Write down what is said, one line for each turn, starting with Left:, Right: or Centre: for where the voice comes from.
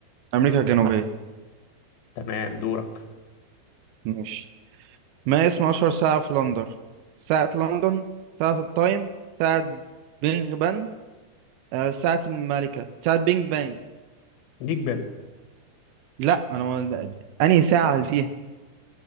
Right: امريكا الجنوبيه
Left: تمام دورك
Right: ماشي ما اسم اشهر ساعه في لندن ساعه لندن ساعه التايم ساعه بينغ بان آه، ساعه الملكه ساعه بينج بان
Left: بيج بن
Right: لا انا ما... انهي ساعه اللي فيها